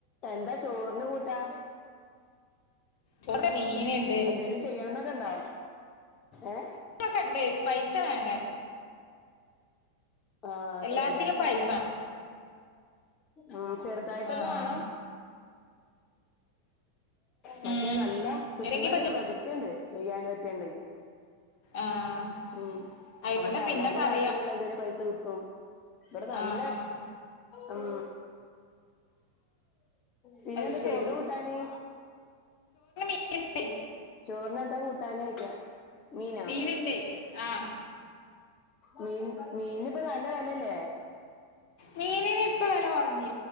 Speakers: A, on the left (about 35°); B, on the left (about 45°).
A: എന്താ ചോറ് എന്ന കൂട്ടാ
B: ചോറ് മീന്ണ്ട്
A: എന്തേലും ചെയ്യണംന്നൊക്കെണ്ടോ ഏ
B: ഒക്കെ ഇണ്ട് പൈസ വേണ്ടേ
A: ആഹ
B: എല്ലാത്തിനും
A: ചെറുതായിട്ടൊക്കെ
B: പൈസ വേണം.
A: ഉ ചെറുതായിട്ടൊക്കെ
B: ആഹ്
A: വേണം പക്ഷെ
B: ഉം
A: നല്ലം കിട്ടുന്ന
B: ഇല്ലെങ്കി ഇപ്പ
A: ഒരു
B: ജ്
A: പ്രൊജക്റ്റ് ഉണ്ട് ചെയ്യാനും പറ്റിണ്ടെങ്കിൽ
B: ആഹ്
A: ഉ
B: ആയിക്കോട്ടെ
A: നമുക്ക്
B: പിന്നെ
A: അവനാന്റെ
B: പറയാം
A: കാര്യത്തിനുള്ള എന്തേലും പൈസ കിട്ടും ഇവിടെ നല്ല
B: ആഹ് ആഹ്
A: ഉം പിന്നെന്താ
B: അത് ശരി
A: ചോറിന് കൂട്ടാന്
B: കിട്ടി
A: ചോറിന് എന്താ കൂട്ടാനക്ക മീനോ
B: മീന്ണ്ടേ ആഹ്
A: മീൻ മീൻ ഇപ്പോ നല്ല വിലല്ലേ
B: മീനിന് ഇപ്പ വില കുറഞ്ഞ്